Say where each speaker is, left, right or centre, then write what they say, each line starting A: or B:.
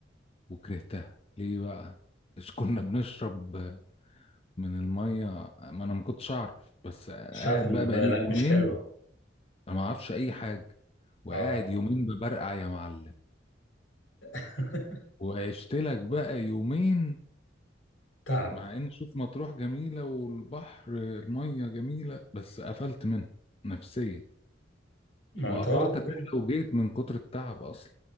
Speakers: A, on the left; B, on the left.
A: وكرهتها ليه بقى مش كنا بنشرب من المية ما انا ما كنتش اعرف بس قاعد
B: مش عارف ان
A: بقى
B: المية
A: بقالي
B: هناك
A: يومين
B: مش حلوة
A: انا ما اعرفش اي حاجة وقاعد
B: اه
A: يومين ببرقع يا معلم
B: <laughs>
A: وعشت لك بقى يومين
B: تعب
A: مع ان شوف مطروح جميلة والبحر المية جميلة بس قفلت منها نفسيا
B: ما
A: وقطعت
B: انت برضه اكيد
A: الرحلة وجيت من كتر التعب اصلا